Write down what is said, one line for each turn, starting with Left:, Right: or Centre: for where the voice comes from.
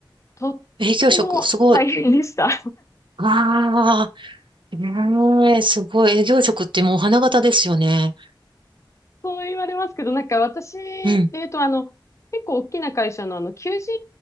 Left: とっても大変でした。
Right: 営業職、すごい。ああ、ええすごい。営業職ってもう花形ですよね。
Left: そう言われますけど、なんか私で言うと、
Right: うん。
Left: あの、結構大きな会社のあの、求人